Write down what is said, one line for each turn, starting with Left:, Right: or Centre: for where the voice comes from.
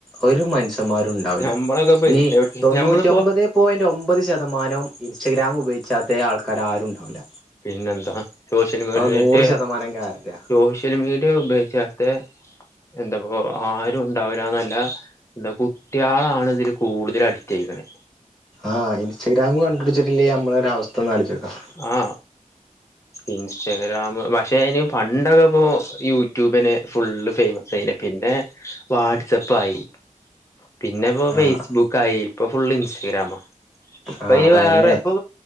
Centre: ഒരു മനു ഷ്യന്മാരും ഉണ്ടാവില്ല
Left: ഞമ്മളൊക്കെ പോയി
Centre: നീ
Left: എവിടെ
Centre: തൊണ്ണൂറ്റൊമ്പതെ
Left: ഞമ്മളിപ്പോ
Centre: പോയിന്റ് ഒമ്പത് ശതമാനം ഇൻസ്റ്റഗ്രാം ഉപയോഗിച്ചാത്ത ആൾക്കാര് ആരും ഉണ്ടാവില്ല
Left: പിന്നെന്താ സോഷ്യൽ മീഡിയെനെറ്റ്
Centre: അത് നൂറ് ശതമാനം ഗ്യാരണ്ടിയാ
Left: സോഷ്യ സോഷ്യൽ മീഡിയ ഉപയോഗിച്ചാത്ത എന്താപ്പോ ആരും ഉണ്ടാവില്ലാന്നല്ല എന്ത കുട്ടികളാണ് ഇതില് കൂടുതൽ അടിറ്റയിക്കണ്
Centre: ആഹ ഇൻസ്റ്റഗ്രാം കണ്ടപിടിച്ചിട്ടില്ലേ നമ്മൊ ഒരു അവസ്ഥ ഒന്ന് അാലിച്ചച്ച്ോക്കാം
Left: ആ ഇൻസ്റ്റഗ്രാം് പക്ഷെ അതിന് പണ്ടൊക്കെ ഇപ്പോ യൂട്യൂബിന് ഫുള്ള് ഫേമസ് അയിെ പിന്നെ വാട്്സപ്പായി പിന്നെ ഇപ്പോൊ ഫേസ്ബുക്ക
Centre: ആഹ്
Left: ആായി ഇപ്പൊ ഫുൾ ഇൻസ്റ്റഗ്രാാം അപ്പ
Centre: ആഹ്
Left: അതിന്
Centre: അപ്പ
Left: വേറെ
Centre: അയെന്നെ
Left: ഇപ്പൊ